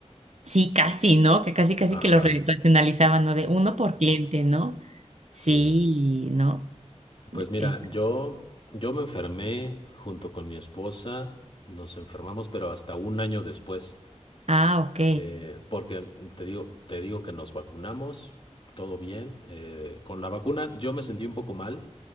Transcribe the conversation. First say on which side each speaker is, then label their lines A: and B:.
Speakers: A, on the right; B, on the left.
A: sí, casi, ¿no? Que casi, casi
B: Ajá,
A: que lo re- racionalizaban, ¿no? De uno por cliente, ¿no? Sí,
B: sí.
A: ¿no?
B: Pues mira,
A: Es-
B: yo, yo me enfermé junto con mi esposa. Nos enfermamos, pero hasta un año después.
A: ah, ok,
B: Eh, porque te digo, te digo que nos vacunamos, todo bien. Eh, con la vacuna yo me sentí un poco mal,